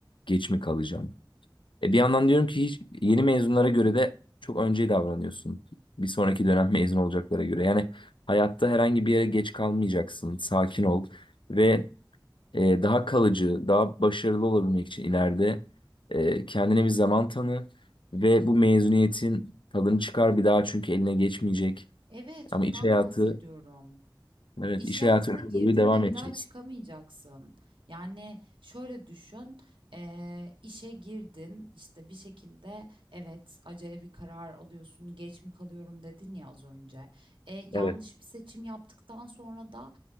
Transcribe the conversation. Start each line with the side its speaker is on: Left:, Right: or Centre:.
Left: geç mi kalacağım? E, bir yandan diyorum ki hiç yeni mezunlara göre de çok önce davranıyorsun. Bir sonraki dönem <laughs> mezun olacaklara göre. Yani hayatta herhangi bir yere geç kalmayacaksın. Sakin ol ve e, daha kalıcı, daha başarılı olabilmek için ileride e, kendine bir zaman tanı ve bu mezuniyetin tadını çıkar bir daha çünkü eline geçmeyecek.
Right: Evet,
Left: Ama
Right: ondan
Left: iş hayatı
Right: bahsediyorum.
Left: Evet,
Right: İş
Left: iş
Right: hayatına
Left: hayatı öyle
Right: girdiğinde
Left: boyu devam
Right: bir
Left: edeceksin.
Right: daha çıkamayacaksın. Yani şöyle düşün, eee, işe girdin, işte bir şekilde evet acele bir karar alıyorsun, geç mi kalıyorum dedin ya az önce. E, yanlış
Left: Evet.
Right: bir seçim yaptıktan sonra da